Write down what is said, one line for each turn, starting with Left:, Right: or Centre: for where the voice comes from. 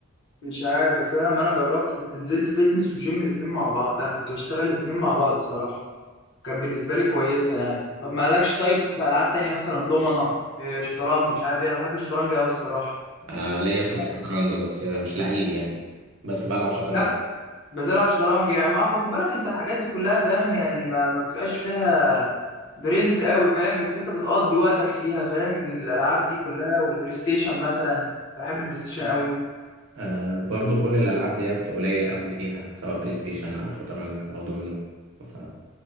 Left: مش عارف بس انا لما انا جربت كنت نزلت فيتنس وجيم الاثنين مع بعض لا كنت بشتغل الاثنين مع بعض الصراحه كانت بالنسبه لي كويسه يعني طب مالكش طيب في العاب تانية مثلا دومنه إيه، شطرنج مش عارف ايه انا بحب الشطرنج قوي الصراحه
Right: آه، ليا في
Left: يعني
Right: الشطرنج بس مش لعيب يعني بس بلعب شطرنج
Left: لا بتلعب شطرنج يعني ما خد بالك انت الحاجات دي كلها فاهم يعني ما, ما بتبقاش فيها برنس قوي فاهم بس انت بتقضي وقتك فيها فاهم الالعاب دي كلها والبلاي ستيشن مثلا أنا بحب البلاي ستيشن قوي
Right: آه برضو كل الألعاب ديت قليل قوي فيها سواء بلاي ستيشن أو شطرنج أو دومينو ف